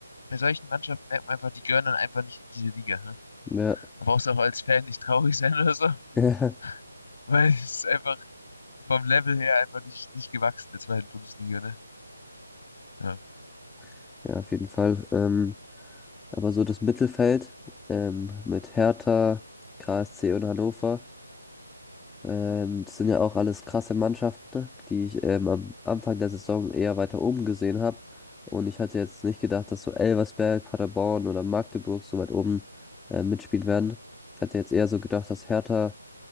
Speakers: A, on the left; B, in the centre.
A: bei solchen Mannschaften merkt man einfach, die gehören dann einfach nicht in diese Liga. Ne?
B: ne?
A: Da brauchst du auch als Fan nicht traurig sein oder so,
B: Ja,
A: <laughs> weil es ist einfach vom Level her einfach nicht, nicht gewachsen, der zweiten Bundesliga, ne? Ja.
B: <laughs> ja, auf jeden Fall. Ähm, Aber so das Mittelfeld ähm, mit Hertha, KSC und Hannover, ähm, das sind ja auch alles krasse Mannschaften, ne, die ich ähm, am Anfang der Saison eher weiter oben gesehen habe. Und ich hatte jetzt nicht gedacht, dass so Elversberg, Paderborn oder Magdeburg so weit oben äh, mitspielen werden. Ich hatte jetzt eher so gedacht, dass Hertha,